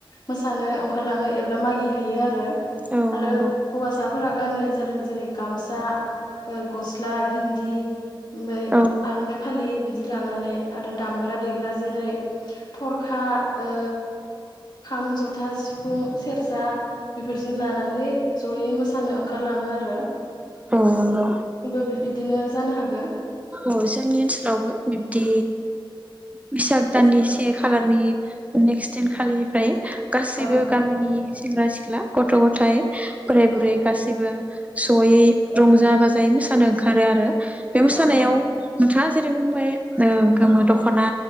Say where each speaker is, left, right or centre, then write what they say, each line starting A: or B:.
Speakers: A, on the left (about 55°); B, on the right (about 15°).
A: मोसानो ओंखारलाङो एब्ला मागि हैैयो आरो आरो
B: औ नंगौ
A: हौवासाफोरा गाननाय जादों जेरै गामसा ओ गस स्ला गिन्दि ओमबाय
B: औ
A: आर'नाय फालियो बि दि लानानै आरो दामग्रा देग्रा जेरै थरखा ओ खाम ज'था सिफुं सेरजा बेफोरजों लानानै जयै मोसा नो ओंखारलाङो आरो।
B: औ नंगौ
A: बिबदिनो जानो हागोन।
B: औ जोंनि ओनसोलावबो बिबदि बैसाग दाननि से खालारनि नेक्स्ट दिन खालिनिफ्राय गासैबो
A: औ
B: गामिनि
A: नंगौ
B: सेंग्रा सिख्ला गथ' गथाय बोराय
A: औ
B: बुरै गासिबो ज'यै रंजा बाजायै मोसानो ओंखारो आरो। बे मोसानायाव
A: औ नंगौ
B: नोंथाङा जेरै बुंबाय ओ गोमो दख'ना